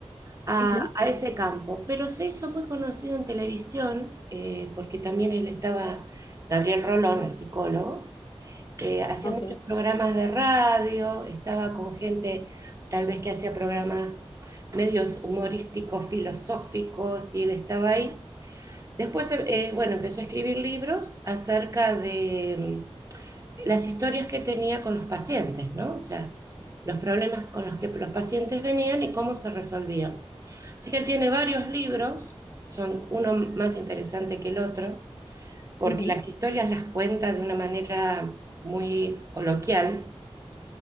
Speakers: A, on the right; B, on the left.
A: a,
B: ujú,
A: a ese campo, pero se hizo muy conocido en televisión, eh, porque también él estaba, Gabriel Rolón, el psicólogo, eh, hacía
B: ok.
A: muchos programas de radio, estaba con gente tal vez que hacía programas medios humorísticos, filosóficos, y él estaba ahí. Después, eh, bueno, empezó a escribir libros acerca de mm, las historias que tenía con los pacientes, ¿no? O sea, los problemas con los que los pacientes venían y cómo se resolvían. Así que él tiene varios libros, son uno más interesante que el otro, porque
B: ujú,
A: las historias las cuenta de una manera muy coloquial,